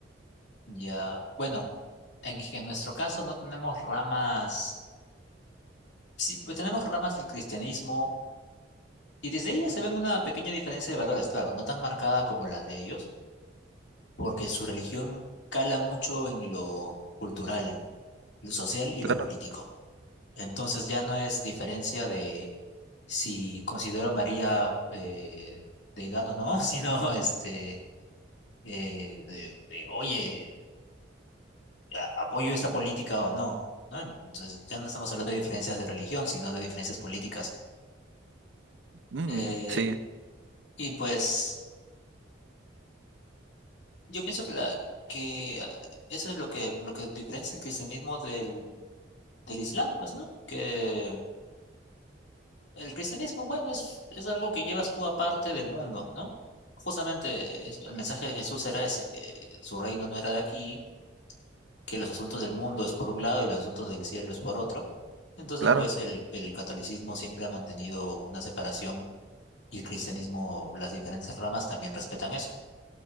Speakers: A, on the left (about 70°); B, on the right (about 70°).
A: Ya, bueno, en, en nuestro caso no tenemos ramas, sí, pues tenemos ramas del cristianismo y desde ellas se ven una pequeña diferencia de valores, claro, no tan marcada como las de ellos porque su religión cala mucho en lo cultural, lo social y
B: Claro.
A: lo político. Entonces ya no es diferencia de si considero a María eh, deidad o no, <laughs> sino este, eh, de, de, oye, a- apoyo esta política o no, ¿no? Entonces ya no estamos hablando de diferencias de religión, sino de diferencias políticas.
B: Mm,
A: Eh,
B: sí,
A: y pues yo pienso que, la, que ah, eso es lo que, lo que diferencia el cristianismo del del Islam, pues, ¿no? Que el cristianismo, bueno, es, es algo que llevas tú aparte del mundo, ¿no? Justamente es- el mensaje de Jesús era ese, que su reino no era de aquí, que los asuntos del mundo es por un lado y los asuntos del cielo es por otro. Entonces,
B: claro,
A: pues, el, el catolicismo siempre ha mantenido una separación y el cristianismo, las diferentes ramas también respetan eso.